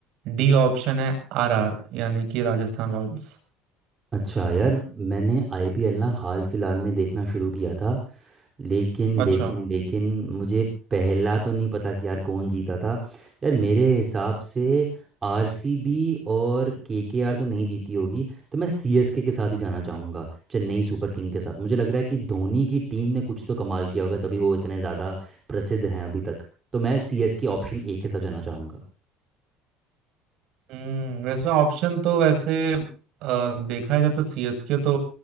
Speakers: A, on the right; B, on the right.
A: डी ऑप्शन है आरआर यानी कि राजस्थान रॉयल्स
B: अच्छा यार मैंने आईपीएल ना हाल फिलहाल में देखना शुरू किया था लेकिन
A: अच्छा
B: लेकिन लेकिन मुझे पहला तो नहीं पता कि यार कौन जीता था यार मेरे हिसाब से आरसीबी और केकेआर तो नहीं जीती होगी तो मैं सीएसके के साथ ही जाना चाहूँगा चेन्नई सुपर किंग के साथ मुझे लग रहा है कि धोनी की टीम ने कुछ तो कमाल किया होगा तभी वो इतने ज़्यादा प्रसिद्ध हैं अभी तक तो मैं सीएसके ऑप्शन ए के साथ जाना चाहूँगा
A: हम्म वैसे ऑप्शन तो वैसे अ, देखा जाए तो सीएसके तो